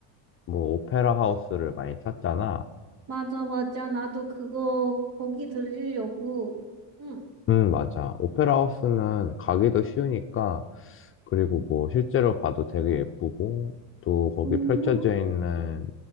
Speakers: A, on the left; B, on the right.
A: 뭐 오페라 하우스를 많이 찾잖아.
B: 맞아, 맞아. 나도 그거 거기 들리려고. 응.
A: 음, 맞아. 오페라 하우스는 가기도 쉬우니까 그리고 뭐 실제로 봐도 되게 예쁘고 또 거기
B: 음,
A: 펼쳐져 있는